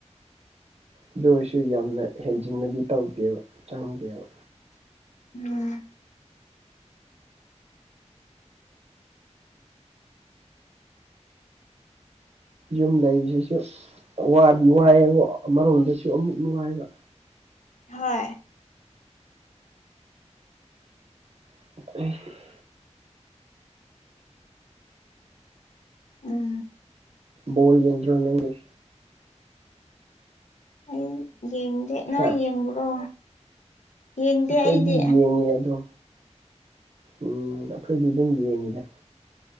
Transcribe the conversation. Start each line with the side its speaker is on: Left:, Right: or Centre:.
Right: ꯑꯗꯨ ꯑꯣꯏꯔꯁꯨ ꯌꯥꯝꯅ ꯍꯦꯟꯖꯤꯟꯅꯗꯤ ꯇꯧꯗꯦꯕ ꯆꯪꯗꯦꯕ
Left: ꯎꯝ
Right: ꯌꯨꯝ ꯂꯩꯕꯁꯤꯁꯨ ꯋꯥꯗꯤ ꯋꯥꯏꯑꯕꯣ ꯑꯃꯔꯣꯝꯗꯁꯨ ꯑꯃꯨꯛ ꯅꯨꯡꯉꯥꯏꯕ
Left: ꯍꯣꯏ
Right: <unintelligible>
Left: ꯎꯝ
Right: ꯕꯣꯜ ꯌꯦꯡꯗ꯭ꯔꯣ ꯅꯪꯗꯤ
Left: ꯑꯩ ꯌꯦꯡꯗꯦ ꯅꯣꯏ
Right: ꯍꯥ
Left: ꯌꯦꯡꯕ꯭ꯔꯣ ꯌꯦꯡꯗꯦ
Right: ꯑꯩꯈꯣꯏꯗꯤ
Left: ꯑꯩꯗꯤ
Right: ꯌꯦꯡꯉꯦ ꯑꯗꯨꯝ ꯎꯝ ꯑꯩꯈꯣꯏꯗꯤ ꯑꯗꯨꯝ ꯌꯦꯡꯉꯤꯗ